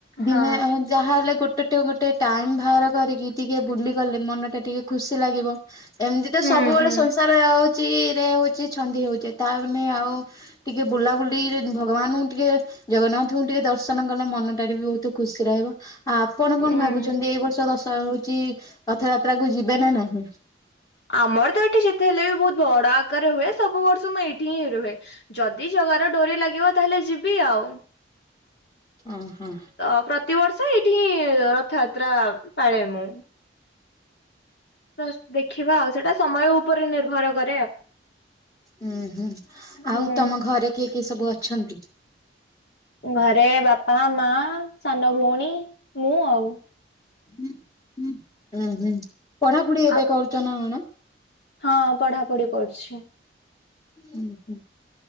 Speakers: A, on the left; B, on the left.
A: ଦିନେ
B: ହଁ
A: ଯାହା ହେଲେ ଗୋଟେ ଗୋଟେ ଟାଇମ ବାହାର କରିକି ଟିକେ ବୁଲି ଗଲେ ମନ ଟା ଟିକେ ଖୁସି ଲାଗିବ। ଏମିତି ତ
B: ହୁଁ
A: ସବୁବେଳେ
B: ହୁଁ
A: ସଂସାର ହଉଛି ରେ ହଉଛି ଛନ୍ଦି ହଉଛି ତା ମାନେ ଆଉ ଟିକେ ବୁଲାବୁଲିରେ ଭଗବାନଙ୍କୁ ଟିକେ ଜଗନ୍ନାଥଙ୍କୁ ଟିକେ ଦର୍ଶନ କଲେ ମନଟାରେ ବି ବହୁତ ଖୁସି ରହିବ। ଆପଣ କଣ
B: ହୁଁ।
A: ଭାବୁଛନ୍ତି ଏଇ ବର୍ଷ ଦଶ ହଉଛି ରଥଯାତ୍ରା କୁ ଯିବେ ନା ନାହିଁ?
B: ଆମର ତ ଏଠି ଯେତେ ହେଲେ ବି ବହୁତ ବଡ ଆକାରରେ ହୁଏ ସବୁ ବର୍ଷ ମୁଁ ଏଇଠି ହିଁ ରୁହେ। ଯଦି ଜଗାର ଡୋରି ଲାଗିବ ତାହେଲେ ଯିବି ଆଉ।
A: ଅ ହଁ।
B: ଅ ପ୍ରତିବର୍ଷ ଏଇଠି ହିଁ ରଥଯାତ୍ରା ପାଳେ ମୁଁ। ତ ଦେଖିବା ଆଉ ସେଟା ସମୟ ଉପରେ ନିର୍ଭର କ
A: ହୁଁ ହୁଁ
B: ହୁଁ
A: ଆଉ ତମ ଘରେ କିଏ କିଏ ସବୁ ଅଛନ୍ତି?
B: ଘରେ ବାପା, ମା, ସାନ ଭଉଣୀ, ମୁଁ ଆଉ।
A: ହୁଁ ହୁଁ ପଢ଼ା ପଢ଼ି ଏବେ
B: ଆଉ
A: କରୁଛ ନା କଣ?
B: ହଁ ପଢା଼ ପଢି଼ କରୁଛି।
A: ହଁ